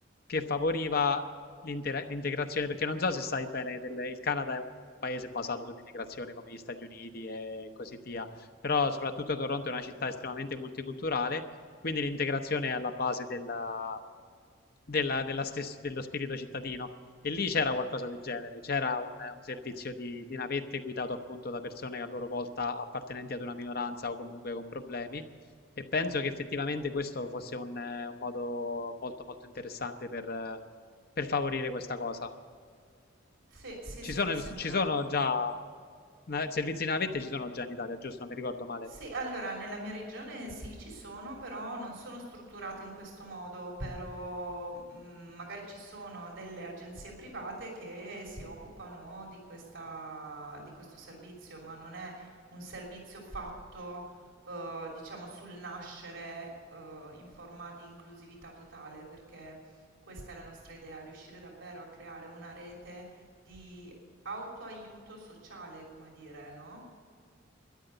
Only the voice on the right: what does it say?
Sì, sì,
sì,
mi sembra.
Sì, allora nella mia regione sì, ci sono, però non sono strutturate in questo modo, ovvero mm, magari ci sono delle agenzie private che si occupano di questa- di questo servizio, ma non è un servizio fatto, eh, diciamo, sul nascere, eh, in forma di inclusività totale, perché questa è la nostra idea, riuscire davvero a creare una rete di autoaiuto sociale, come dire, no?